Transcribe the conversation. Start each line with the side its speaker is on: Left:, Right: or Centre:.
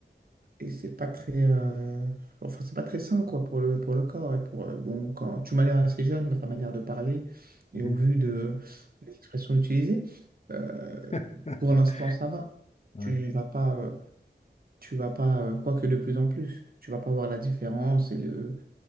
Right: Et c'est pas très, euh, enfin, c'est pas très sain, quoi, pour le, pour le corps. Et pour, euh, bon, quand tu m'as l'air assez jeune dans ta manière de parler
Left: Oui.
Right: et au vu de, des expressions utilisées, euh,
Left: <laughs>
Right: pour l'instant, ça va.
Left: Ouais,
Right: Tu vas pas, euh, tu vas pas, euh, quoique de plus en plus, tu vas pas voir la différence et le,